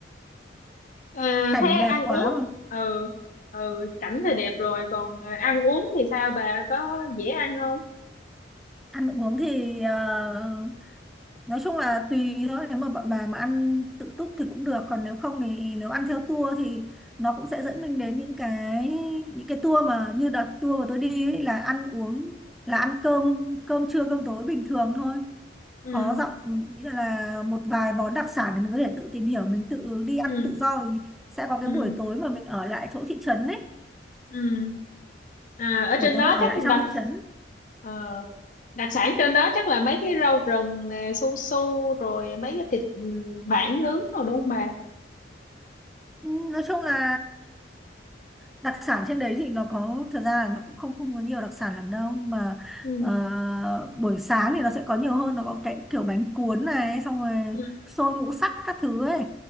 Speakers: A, on the left; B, in the centre.
A: À,
B: cảnh
A: thế
B: đẹp
A: ăn
B: quá
A: uống
B: mà
A: ừ ừ cảnh thì đẹp rồi còn à, ăn uống thì sao bà có dễ ăn không
B: ăn uống thì ờ, nói chung là tùy thôi nếu mà bọn bà mà ăn tự túc thì cũng được còn nếu không thì nếu ăn theo tour thì nó cũng sẽ dẫn mình đến những cái những cái tour mà như đợt tour mà tôi đi ấy, là ăn uống là ăn cơm cơm trưa cơm tối bình thường thôi
A: ừ
B: có dặm ý là một vài món đặc sản để mình có thể tự tìm hiểu mình tự đi ăn
A: ừ
B: tự do thì sẽ có cái
A: ừ
B: buổi tối mà mình ở lại chỗ thị trấn ấy
A: ừ à, ở
B: buổi
A: trên
B: tối
A: đó
B: mình ở
A: chắc
B: lại trong
A: đặc
B: thị trấn
A: ờ, đặc sản trên đó chắc là mấy cái rau rừng nè su su rồi mấy cái thịt ừ, bản nướng rồi đúng không bà
B: Ừ, nói chung là đặc sản trên đấy thì nó có thật ra là nó cũng không không có nhiều đặc sản lắm đâu nhưng mà
A: ừ
B: ờ, buổi sáng thì nó sẽ có nhiều hơn nó có cái kiểu bánh cuốn này xong rồi
A: ừ
B: xôi ngũ sắc các thứ ấy